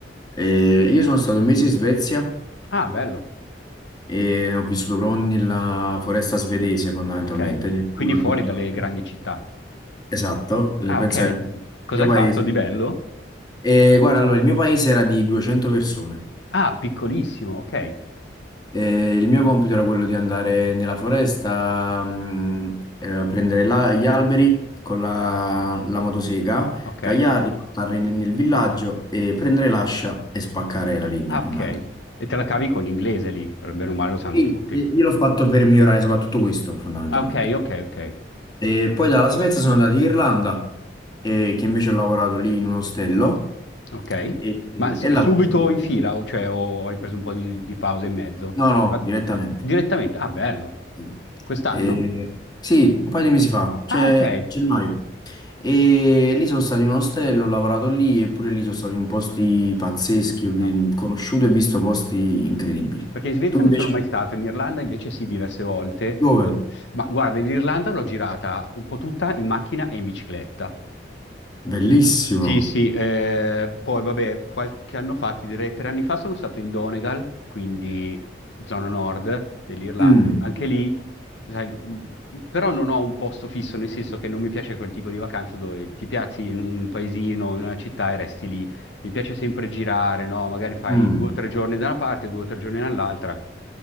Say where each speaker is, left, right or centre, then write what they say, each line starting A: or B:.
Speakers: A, on the left; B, on the left.
A: E io sono stato un mese in Svezia
B: Ah, bello.
A: e ho vissuto proprio nella foresta svedese fondamentalmente,
B: Ok.
A: nel
B: Quindi
A: nulla
B: fuori
A: pittorale.
B: dalle grandi città.
A: Esatto,
B: Ah,
A: penso
B: ok.
A: il
B: Cosa
A: mio
B: hai
A: paese.
B: sì. fatto di bello?
A: E guarda, allora, il mio paese era di 200 persone.
B: Ah, piccolissimo. Ok.
A: Eh, il mio compito era quello di andare nella foresta, mh, eh, a prendere la- gli alberi con la, la motosega,
B: Ok.
A: tagliarli, portarli nel, nel villaggio e prendere l'ascia e spaccare la legna,
B: Ah, ok.
A: fondamentalmente.
B: E te la cavi con l'inglese lì, per bene o male lo sanno
A: Sì,
B: tutti.
A: eh, io l'ho fatto per migliorare soprattutto questo, fondamentalmente.
B: Ah, ok, ok, ok.
A: E poi dalla Svezia sono andato in Irlanda, eh, che invece ho lavorato lì in un ostello
B: Ok.
A: e,
B: Ma s-
A: e lavoro
B: subito
A: solo...
B: in fila, o, cioè, o hai preso un po' di, di pausa in mezzo?
A: No, no, direttamente.
B: Direttamente? Ah, bello.
A: Sì,
B: Quest'anno?
A: Eh, sì, un paio di mesi fa, cioè
B: Ah, ok.
A: a gennaio. E lì sono stato in un ostello, ho lavorato lì e pure lì sono stato in posti pazzeschi, ho vi-
B: Ah, ok.
A: conosciuto e visto posti incredibili.
B: Perché in Svezia
A: Tu invece?
B: non sono mai stato, in Irlanda invece sì, diverse volte.
A: Dove?
B: Ma guarda, in Irlanda l'ho girata un po' tutta in macchina e in bicicletta.
A: Bellissimo.
B: Sì, sì, eh, poi vabbè, qualche anno fa, ti direi tre anni fa, sono stato in Donegal, quindi zona nord dell'Irlanda.
A: Mm,
B: Anche lì, sai, mh, però non ho un posto fisso, nel senso che non mi piace quel tipo di vacanza dove ti piazzi in un paesino, in una città e resti lì. Mi piace sempre girare, no? Magari fai
A: mm.
B: due o tre giorni da una parte, due o tre giorni dall'altra.